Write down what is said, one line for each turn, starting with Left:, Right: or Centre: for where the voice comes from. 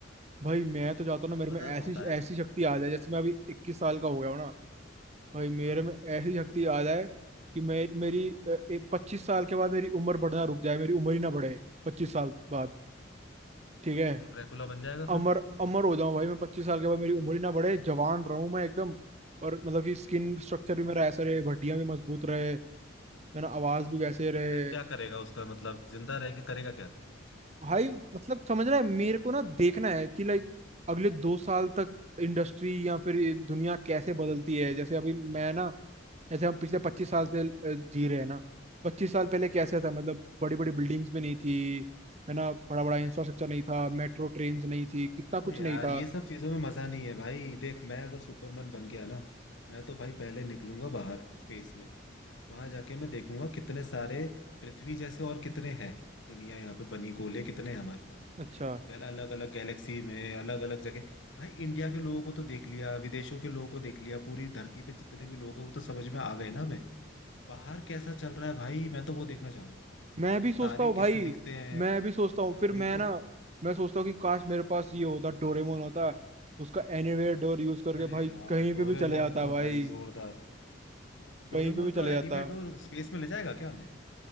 Right: भाई मैं तो चाहता
Left: बट
Right: हूँ ना मेरे
Left: मजा
Right: में ऐसी
Left: बहुत आएगा
Right: ऐसी शक्ति आ जाए जैसे मैं अभी इक्कीस साल का हो गया हूँ ना भाई मेरे
Left: हाँ
Right: में ऐसी शक्ति आ जाए कि मैं मेरी पच्चीस साल के बाद मेरी उम्र बढ़ना रुक जाए मेरी उम्र ही ना बढ़े पच्चीस साल बाद ठीक
Left: तब
Right: है
Left: तो तू ड्रैकुला बन जाएगा
Right: अमर
Left: फिर
Right: अमर हो जाऊं भाई मैं पच्चीस साल के बाद मेरी उम्र ही ना बढ़े जवान रहूं मैं एकदम और मतलब कि स्किन स्ट्रक्चर भी मेरा ऐसा रहे हड्डियां भी मजबूत रहे मेरा आवाज भी वैसे रहे
Left: फिर क्या करेगा उसका मतलब जिंदा रह के करेगा क्या
Right: भाई मतलब समझ रहा है मेरे को ना देखना है कि लाइक अगले दो साल तक इंडस्ट्री या फिर ये दुनिया कैसे बदलती है जैसे अभी मैं ना जैसे हम पिछले पच्चीस साल से अ, जी रहे हैं ना पच्चीस साल पहले कैसे
Left: हाँ
Right: था मतलब बड़ी बड़ी बिल्डिंग्स भी नहीं थी है ना बड़ा बड़ा इंफ्रास्ट्रक्चर नहीं था मेट्रो ट्रेन्स नहीं थी कितना
Left: अरे
Right: कुछ
Left: यार
Right: नहीं था
Left: ये सब चीजों में मजा नहीं है भाई देख मैं अगर सुपरमैन बन गया ना मैं तो भाई पहले निकलूंगा बाहर स्पेस में वहां जाके मैं देखूंगा कितने सारे पृथ्वी जैसे और कितने हैं दुनिया यहाँ पे बनी गोले कितने हैं हमारे पास
Right: अच्छा
Left: गल अलग अलग गैलेक्सी में अलग अलग जगह भाई इंडिया के लोगों को तो देख लिया विदेशों के लोगों को देख लिया पूरी धरती पे जितने भी लोग हैं वो तो समझ में आ गए ना हमें बाहर कैसा चल रहा है भाई मैं तो वो देखना चाहूंगा
Right: मैं भी
Left: ये
Right: सोचता
Left: तारे
Right: हूँ
Left: किससे
Right: भाई
Left: दिखते हैं
Right: मैं भी सोचता हूँ
Left: हाँ,
Right: फिर
Left: वही
Right: मैं
Left: तो
Right: ना मैं सोचता हूँ कि काश मेरे पास ये होता डोरेमोन होता तो उसका एनीवेयर डोर यूज करके
Left: अरे
Right: भाई
Left: यार
Right: कहीं
Left: डोरेमोन
Right: पे भी चले जाता
Left: तो
Right: भाई
Left: भाई जोरदार डोरेमोन
Right: कहीं पे भी चले
Left: का
Right: जाता
Left: एनीवे डोर स्पेस में ले जाएगा क्या हमें